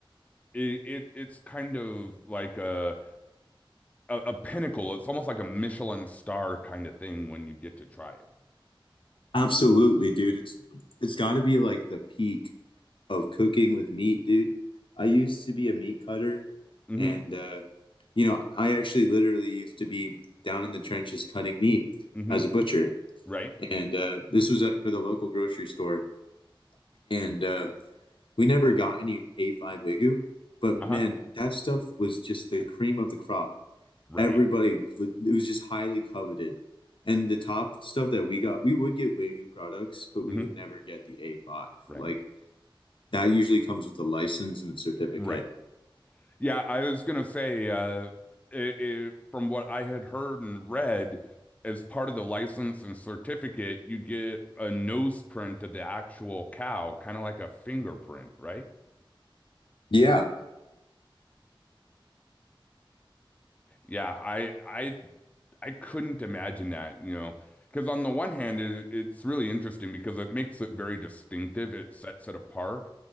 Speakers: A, on the left (about 15°); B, on the left (about 65°).
A: it, it it's kind of like a, a a pinnacle. It's almost like a Michelin star kind of thing when you get to try it.
B: absolutely, dude. It's it's got to be like the peak of cooking with meat, dude. I used to be a meat cutter,
A: Mm-hmm.
B: and uh, you know, I actually literally used to be down in the trenches cutting meat
A: Mm-hmm.
B: as a butcher,
A: Right.
B: and uh, this was at, for the local grocery store, and uh, we never got any A5 Wagyu, but
A: Uh-huh.
B: man, that stuff was just the cream of the crop.
A: Right.
B: Everybody, would, it was just highly coveted. And the top stuff that we got, we would get Wagyu products, but we
A: Mm-hmm.
B: would never get the A5.
A: Right.
B: Like that usually comes with a license and a certificate.
A: Right. Yeah, I was gonna say, uh, it, it, from what I had heard and read, as part of the license and certificate, you get a nose print of the actual cow, kind of like a fingerprint, right?
B: Yeah.
A: Yeah, I I I couldn't imagine that, you know, because on the one hand, it, it's really interesting because it makes it very distinctive. It sets it apart.